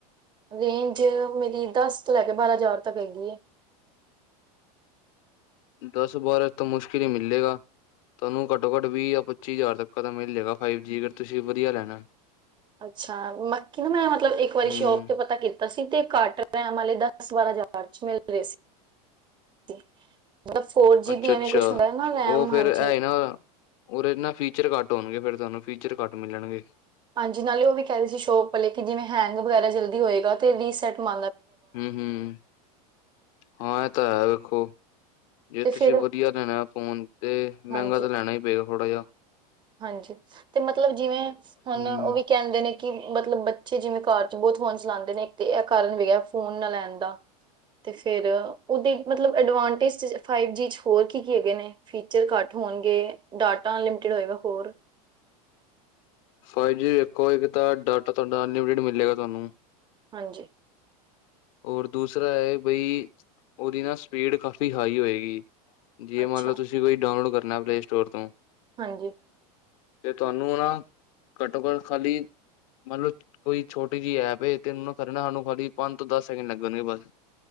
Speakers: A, on the right; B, on the left.
A: ਰੇਂਜ ਮੇਰੀ ਦਸ ਤੋ ਲਏ ਕੇ ਬਾਰਾ ਹਜਾਰ ਤੱਕ ਹੈਗੀ ਏ।
B: ਦਸ ਬਾਰਾ ਤਾ ਮੁਸ਼ਕਿਲ ਹੀ ਮਿੱਲੇਗਾ, ਤੁਹਾਨੂੰ ਘੱਟੋ ਘੱਟ ਵੀਹ ਯਾ ਪੱਚੀ ਹਜਾਰ ਤੱਕ ਦਾ ਮਿਲ ਜਾਏਗਾ। ਫਾਈਵ ਜੀ, ਅਗਰ ਤੁਸੀ ਵਧੀਆ ਲੈਨਾ। ਏ।
A: ਅੱਛਾ <unintelligible> ਮਤਲਬ ਇੱਕ ਵਾਰੀ
B: ਹੂੰ
A: ਸ਼ੋਪ ਤੇ ਪਤਾ ਕੀਤਾ ਸੀ ਤੇ ਘਟ <unintelligible> ਵਾਲੇ ਦਸ ਬਾਰਾਂ ਹਜਾਰ ਚ ਅੱਛੇ ਮਿਲ ਰਹੇ ਸੀ। ਮਤਲਬ ਫੋਰ ਜੀ
B: ਅੱਛਾ-ਅੱਛਾ,
A: ਬੀ ਐਵੇਂ ਕੁਛ ਹੁੰਦਾ ਨਾ ਰੈਮ
B: ਉਹ ਫੇਰ
A: ਹਾਂਜੀ
B: ਇਹੀ ਨਾ, ਉਹਦੇ ਚ ਨਾ ਫੀਚਰ ਘੱਟ ਹੋਨਗੇ ਫੇਰ। ਤੁਹਾਨੂੰ, ਫੀਚਰ ਘੱਟ ਮਿਲਣਗੇ।
A: ਹਾਂਜੀ, ਨਾਲੇ ਉਹ ਵੀ ਕਹਿ ਰਦੇ ਸੀ ਸ਼ੋਪ ਆਲੇ, ਕਿ ਜਿਵੇਂ ਹੈਂਗ ਵਗੈਰਾ ਜਲਦੀ ਹੋਏਗਾ ਤੇ ਰੀਸੈਟ ਮ
B: ਹੂੰ-ਹੂੰ, ਹਾਂ ਇਹ ਤਾ ਹੈ ਵੇਖੋ ਜੇ
A: ਤੇ ਫਿਰ
B: ਤੁਸੀ ਵਧੀਆ ਲੈਣਾ ਏ ਫੋਨ ਤੇ ਮਹਿੰਗਾ
A: ਹਾਂਜੀ
B: ਤੇ ਲੈਣਾ ਹੀ ਪਏਗਾ ਥੋੜਾ ਜਿਹਾ।
A: ਹਾਂਜੀ, ਤੇ ਮਤਲਬ ਜਿਵੇਂ ਹੁਨ
B: ਹੂੰ
A: ਉਹ ਵੀ ਕਹਿੰਦੇ ਨੇ ਕਿ ਮਤਲਬ ਬੱਚੇ ਜਿਵੇਂ ਕਾਰ ਚ ਬਹੁਤ ਫੋਨ ਚਲਾਦੇ ਨੇ ਇੱਕ ਤੇ ਇਹ ਕਾਰਨ ਵੀ ਐ ਫੋਨ ਨਾ ਲੈਣ ਦਾ, ਤੇ ਫੇਰ ਉਹਦੇ ਮਤਲਬ ਅਡਵਾਂਟੇਜ ਫਾਈਵ ਜੀ ਚ ਹੋਰ ਕੀ-ਕੀ ਹੈਗੇ ਨੇਂ? ਫੀਚਰ ਘੱਟ ਹੋਣਗੇ ਡਾਟਾ ਅਨਲਿਮਟਿਡ ਹੋਏਗਾ। ਹੋਰ
B: ਫਾਈਵ ਜੀ ਵੇਖੋ ਇੱਕ ਤਾਂ ਡਾਟਾ ਤੁਹਾਡਾ ਅਨਲਿਮਿਟੇਡ ਮਿਲੇਗਾ ਤੁਹਾਨੂੰ।
A: ਹਾਂਜੀ
B: ਔਰ ਦੂਸਰਾ ਹੈ ਬਈ, ਉਹਦੀ ਨਾ ਸਪੀਡ ਕਾਫ਼ੀ ਹਾਈ ਹੋਏਗੀ। ਜੇ
A: ਅੱਛਾ
B: ਮੰਨ ਲਓ ਤੁਸੀ ਕੁਛ ਡਾਊਨਲੋਡ ਕਰ ਨਾ ਪਲੇ ਸਟੋਰ ਤੋਂ।
A: ਹਾਂਜੀ
B: ਤੇ ਤੁਹਾਨੂੰ ਨਾ ਘੱਟੋ-ਘੱਟ ਖਾਲੀ, ਮੰਨ ਲਓ ਕੋਈ ਛੋਟੀ ਜਿਹੀ ਐਪ ਏ ਤੇ ਉਹਨੂੰ ਨਾ ਖ਼ਾਲੀ ਪੰਜ ਤੋ ਦਸ ਸੈਕਿੰਡ ਲੱਗਣਗੇ ਬਸ।